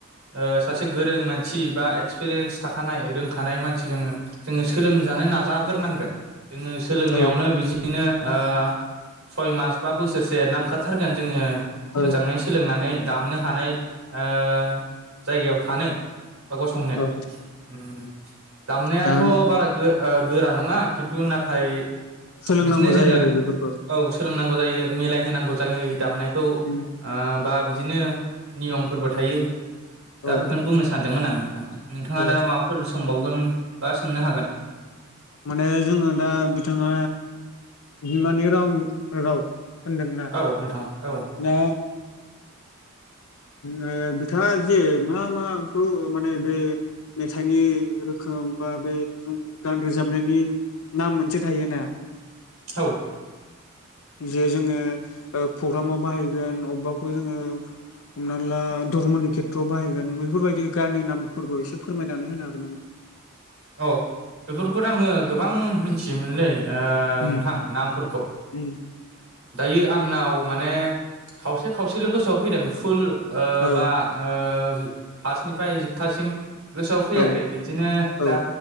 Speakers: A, on the right (about 80°); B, on the left (about 85°).
A: ओ सासे गोरों मान सि बा एक्सपिरियेन्स थाखानाय रोंखानाय मानसि जोंङो जोंङो सोलोंजानो नाजाग्रोनांगोन। जोङो सोलोंनायावनो
B: औ
A: बिदि नों ओ सयमास बा बोसोरसे नांखा थारगोन। जोङो
B: औ
A: मोजाङै सोलोंनानै दामनो हानाय ओ जायगायाव थानो बा गसंनो।
B: औ
A: उम दामनायाथ'
B: दा
A: बारा गो ओ गोरा नङा खिन्थु नाथाय
B: सोलोंनांगौ
A: बिदिनो जोङो
B: जायो आरो बेफोरखौ
A: औ सोलोंनांगौ जा यो, मिलाय होनांगौ जायो दामनायखौ
B: उम
A: ओ बा बिदिनो नियमफोरबो थायो
B: औ
A: दा बेखौनो बुंनो सानदोंमोन आं नोंथां। नोंथाङा
B: औ
A: दा माबाफोर सोंबावगोन बा सोंनो हागोन।
B: माने जोङो दा बिथाङा बिमानि राव राव होनदोंना?
A: औ नोंथां औौ
B: दा ओ बिथाङा जे मा माखौ माने बे मेथाइनि रोखोम बा बे जोङो गान रोजाबनायनि नाम मोनसे थायोना?
A: औ।
B: जे जोङो ओ प्रग्रामाव बाहायगोन अबेबाखौ जोङो हमना ला धर्मनि खेथ्रआव बाहायगोन बेफोरबायदि गाननि नामफोरखौ एसे फोरमायनानै होनो हागोन नामा?
A: अ बेफोरखौथ' आङो गोबां मिथियोमोनलै ओ
B: उम
A: नोंथां नामफोरखौ।
B: उम
A: दायो आंनाव माने खावसे खावसेल' गोसोआव फैदों। फुल ओ
B: औ
A: बा ओ फास्टनिफ्राय जोबथासिम गोसोआव फैयाखै
B: औ
A: बिदिनो
B: औ
A: दा